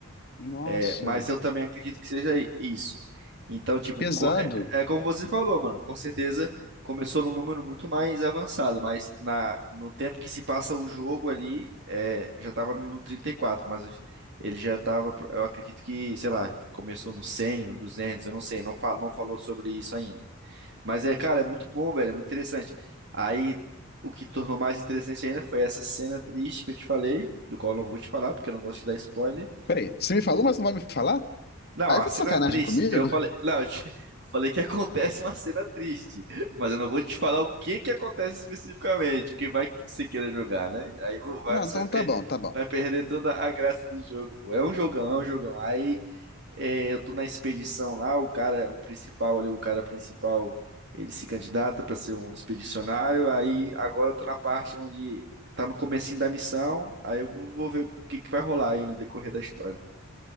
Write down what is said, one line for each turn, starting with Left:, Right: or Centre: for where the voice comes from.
Left: Nossa,
Right: é, mas eu também acredito que seja i- isso. Então, tipo,
Left: que pesado.
Right: co- é, é como você falou, mano. Com certeza começou num número muito mais avançado, mas na, no tempo que se passa o jogo ali, é, já tava no 34, mas ele já tava, pro- eu acredito que, sei lá, começou no 100, no 200, eu não sei, não falo, não falou sobre isso ainda. Mas é, cara, é muito bom, velho, é muito interessante. Aí, o que tornou mais interessante ainda foi essa cena triste que eu te falei, do qual eu não vou te falar, porque eu não gosto de dar spoiler.
Left: Peraí, você me falou, mas não vai me falar?
Right: Não,
Left: Aí
Right: a
Left: tá
Right: cena
Left: de sacanagem
Right: triste,
Left: comigo?
Right: eu falei, não, eu, te- <laughs> eu falei que acontece uma cena triste, mas eu não vou te falar o que que acontece especificamente, porque vai que você queira jogar, né? Aí vo- vai-
Left: Não,
Right: você
Left: então
Right: vai, per-
Left: tá bom, tá bom.
Right: vai perder toda a graça do jogo, pô. É um jogão, é um jogão. Aí é, eu tô na expedição lá, o cara, o principal ali, o cara principal, ele se candidata para ser um expedicionário, aí agora eu tô na parte onde tá no comecinho da missão, aí eu vou, vou ver o que que vai rolar aí no decorrer da história.